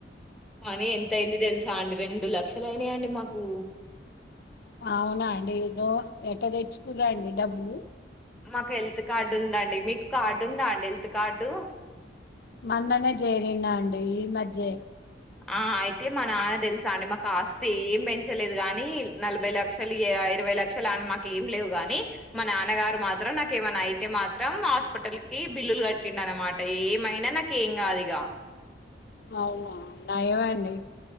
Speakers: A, in the centre; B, on the left.
A: మనీ ఎంతయింది తెలుసా అండి రెండు లక్షలు అయినయండి మాకు
B: అవునా అండి ఏదో ఎట్ట తెచ్చుకురాండి డబ్బులు
A: మాకు హెల్త్ కార్డు ఉందండి. మీకు కార్డు ఉందా అండి హెల్త్ కార్డు
B: మొన్ననే జేరినా అండి ఈ మధ్యే
A: ఆ అయితే మా నాన్న తెలుసా అండి మాకు ఆస్తి ఏం పెంచలేదు గాని నలభై లక్షలు ఇరవై లక్షలు అని మాక ఏం లేవు గాని మా నాన్నగారు మాత్రం నాకేమైనా అయితే మాత్రం హాస్పిటల్ కి బిల్లులు కట్టిండన్నమాట ఏమైనా నాకేం కాదు ఇగా
B: అవునా నయమండి